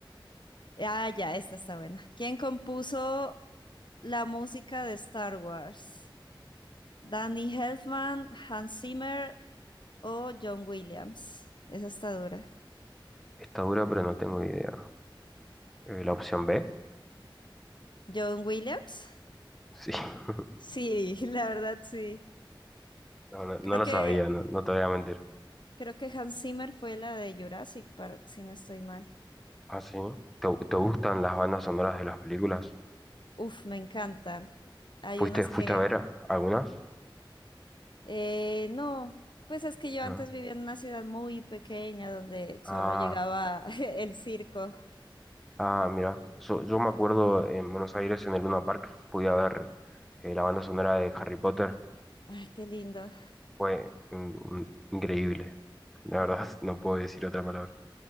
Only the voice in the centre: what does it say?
Está dura, pero no tengo idea. Eh, ¿la opción B?
Sí, <laughs>
no, no- no
lo
sabía, no, no te voy a mentir.
¿Ah, sí? ¿Te, te gustan las bandas sonoras de las películas?
¿Fuiste,
fuiste
a ver algunas?
No.
Ah,
ah, mira. So- yo me acuerdo en Buenos Aires, en el Luna Park, fui a ver eh, la banda sonora de Harry Potter.
Fue in- in- increíble. La verdad, <laughs> no puedo decir otra palabra.